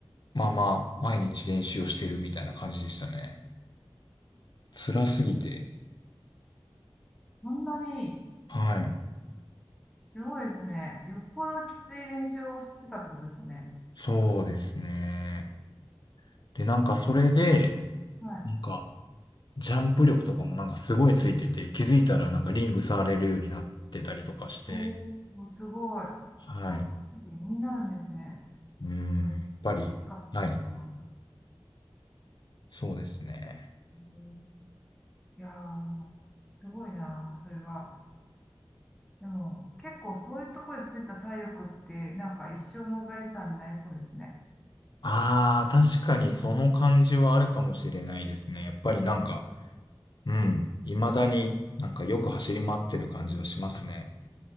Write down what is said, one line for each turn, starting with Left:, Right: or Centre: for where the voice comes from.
Left: まま毎日練習をしてるみたいな感じでしたね。辛すぎて。
Centre: そんなに、
Left: はい。
Centre: すごいですね。よっぽどきつい練習をしてたってことですよね。
Left: そうですね。で、なんかそれで、
Centre: はい。
Left: なんかジャンプ力とかもなんかすごいついてて、気づいたらなんかリング触れるようになってたりとかして、
Centre: おー、すごい。
Left: はい。
Centre: あ、やっぱり身になるんですね。
Left: うん、
Centre: そう、
Left: やっぱり、
Centre: かっていうのは。
Left: はい。そうですね。
Centre: うんいやー、すごいな、それは。でも、結構そういうところでついた体力って、なんか一生の財産になりそうですね。
Left: ああ、確かにその感じはあるかもしれないですね。やっぱりなんか、うん、未だになんかよく走り回ってる感じはしますね。